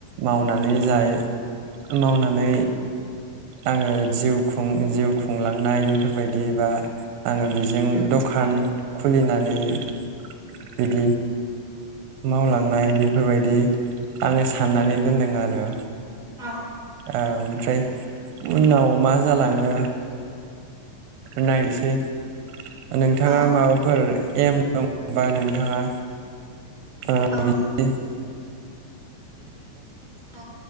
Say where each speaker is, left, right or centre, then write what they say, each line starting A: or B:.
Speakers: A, on the right; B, on the right.
A: मावनानै जायो मावनानै आङो जिउ खुं जिउ खुंलांनाय बेफोरबायदि बा आङो बिजों
B: उम
A: दखान खुलिनानै बिदि मावलांनाय
B: उम
A: बेफोरबायदि आङो साननानै दोनदों आरो
B: औ
A: ओ ओमफ्राय उनाव मा जालाङो नायनोसै नोंथाङा
B: औ
A: माबाफोर एम दङबा नोंथाङा ओ
B: औ
A: बिदि
B: औ